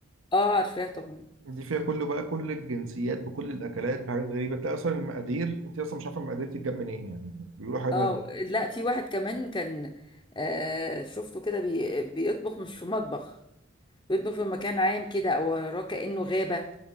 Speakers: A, on the left (about 20°); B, on the right (about 80°).
A: اه عارفاه طبعا
B: دي فيها كله بقى كل الجنسيات بكل الاكلات بحاجات غريبه تلاقي اصلا المقادير انت اصلا مش عارفه المقادير تتجاب منين يعني بيقولوا حاجات
A: اه لا في واحد كمان كان آه شفته كده بي بيطبخ مش في مطبخ بيطبخ في مكان عام كده او وراه كأنه غابة